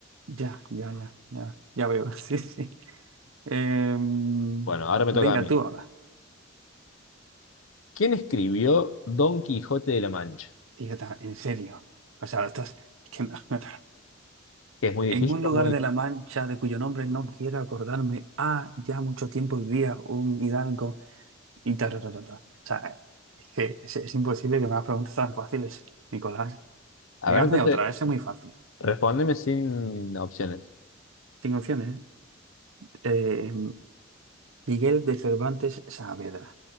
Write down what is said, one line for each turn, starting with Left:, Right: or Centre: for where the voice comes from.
Right: ya, ya, ya, ya, ya veo, <laughs> sí, sí. Em,
Left: Bueno, ahora me
Right: venga
Left: toca a mí.
Right: tú ahora.
Left: ¿Quién escribió Don Quijote de la Mancha?
Right: Fíjate, en serio. O sea, estás... Es que me- me-
Left: Que es muy
Right: En
Left: difícil,
Right: un
Left: o
Right: lugar
Left: muy...
Right: de La Mancha de cuyo nombre no quiero acordarme, ah, ya mucho tiempo vivía un hidalgo Y ta, ta, ta, ta, ta. O sea, es que es, es imposible que me hagas preguntas tan fáciles, Nicolás.
Left: A
Right: Venga,
Left: ver,
Right: hazme
Left: entonces,
Right: otra, esa es muy fácil.
Left: respóndeme sin opciones.
Right: Cinco opciones, ¿eh? Eh, Miguel de Cervantes Saavedra.